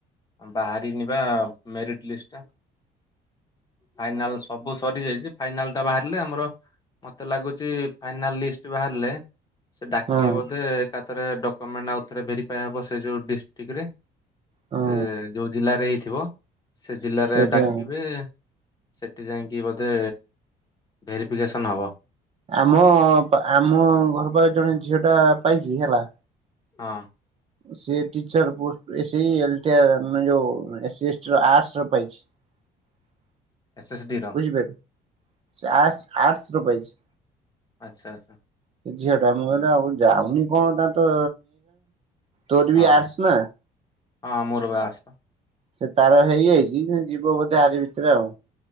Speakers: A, on the left; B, on the right.
A: ବାହାରିିନି ବା ମେରିଟ ଲିଷ୍ଟ ଟା। ଫାଇନାଲ ସବୁ ସରି ଯାଇଛି। ଫାଇନାଲ ଟା ବାହାରିଲେ ଆମର ମତେ ଲାଗୁଚ ଫାଇନାଲ ଲିଷ୍ଟ ବାହାରିଲେ ସେ ଡାକିବେ
B: ହଁ
A: ବୋଧେ ଏକା ଥରେ ଡକ୍ୟୁମେଣ୍ଟ ଆଉ ଥରେ ଭେରିଫାଏ ହବ ସେ ଯଉ ଡିଷ୍ଟ୍ରିକ୍ଟ ରେ।
B: ହଁ
A: ସେ ଯୋଉ ଜିଲ୍ଲାରେ ହେଇଥିବ ସେ ଜିଲ୍ଲାରେ
B: ସେଇଟା
A: ଡାକିବେ। ସେଠି ଯାଇକି ବୋଧେ ଭେରିଫିକେସନ୍ ହେବ।
B: ଆମ ଆମ ଘର ପାଖରେ ଜଣେ ଝିଅ ଟା ପାଇଛି ହେଲା
A: ହଁ
B: ସେ ଟିଚର ପୋଷ୍ଟ ସେଇ ଲ ଟି ର ମାନେ ଯୋଉ ଏସି ଏସଟି ର ଆର୍ଟ୍ସ ର ପାଇଛି। <unintelligible>
A: S S ଡିର।
B: ବୁଝି ପାଇଲୁ ସେ ଆର୍ଟ୍ସ ର ପାଇଛି।
A: ଆଚ୍ଛା ଆଚ୍ଛା
B: ସେ ଝିଅ ଟା ମୁଁ କହିଲି ଆଉ ଯାଉନି କଣ ତା ତ ତୋର
A: ହଁ
B: ବି ଆସ ନା।
A: ହଁ ମୋର ବା <unintelligible>
B: ସେ ତାର ହେଇଯାଇଛି ସେ ଯିବ ବୋଧେ ଆରି ଭିତରେ ଆଉ।